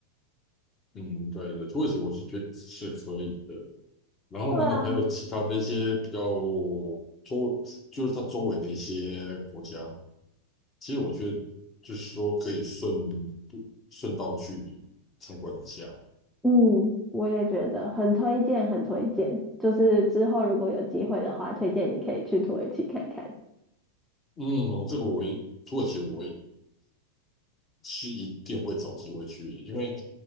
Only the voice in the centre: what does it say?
对啊，
嗯，
我也觉得很推荐，很推荐。就是之后如果有机会的话，推荐你可以去土耳其看看。